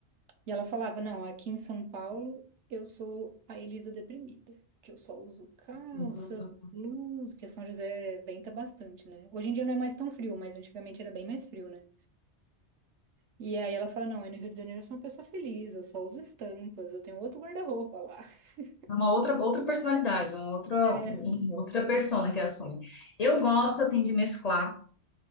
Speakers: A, on the right; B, on the left.
A: e ela falava: Não, aqui em São Paulo eu sou a Elisa deprimida, que eu só uso calça,
B: é.
A: blusa, porque São José venta bastante, né? Hoje em dia não é mais tão frio, mas antigamente era bem mais frio, né? E aí ela fala: Não, aí no Rio de Janeiro eu sou uma pessoa feliz, eu só uso estampas, eu tenho outro guarda-roupa lá. <laughs>
B: É uma outra, outra personalidade, uma outra,
A: É.
B: uma outra persona que assume. Eu gosto, assim, de mesclar